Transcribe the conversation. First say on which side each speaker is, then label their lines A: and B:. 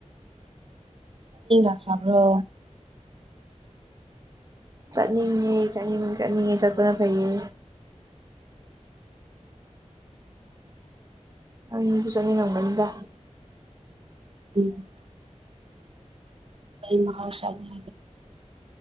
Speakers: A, on the right; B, on the right.
A: ꯥꯛꯔꯕ꯭ꯔꯣ
B: ꯆꯠꯅꯤꯡꯦ ꯆꯠꯅꯤꯡ ꯆꯠꯅꯤꯡꯉꯦ ꯆꯠꯄꯅ ꯐꯩꯌꯦ ꯑ ꯃꯤꯗꯨ ꯆꯅꯤ ꯅꯪꯒꯅꯤꯗ
A: ꯎꯝ ꯃꯍꯁꯥꯗ